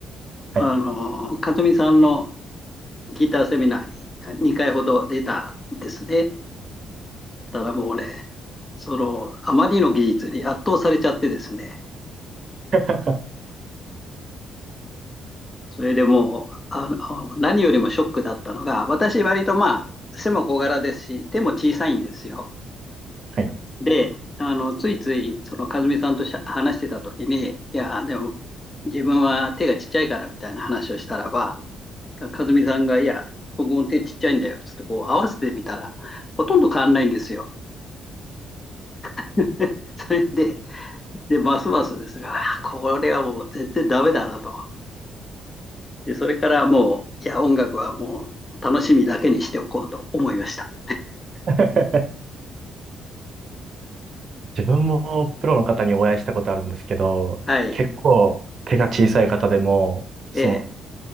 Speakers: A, on the right; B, on the left.
A: はい。
B: あの和美さんのギターセミナーに2回ほど出たんですね。たらもう俺そのあまりの技術に圧倒されちゃってですね
A: <laughs>
B: それでもうあの何よりもショックだったのが私割とまあ背も小柄ですし手も小さいんですよ。
A: はい。
B: で、あの、ついつい、その、和美さんとしゃ話してたときに、いや、でも、自分は手がちっちゃいからみたいな話をしたらば、和美さんが、いや、僕も手ちっちゃいんだよ、つって、こう、合わせてみたら、ほとんど変わんないんですよ。<laughs> それで、で、ますますですね、あこれはもう全然ダメだなと。で、それからもう、いや、音楽はもう楽しみだけにしておこうと思いました。
A: <laughs> 自分もプロの方にお会いしたことあるんですけど、
B: はい。
A: 結構手が小さい方でも、
B: ええ、
A: その、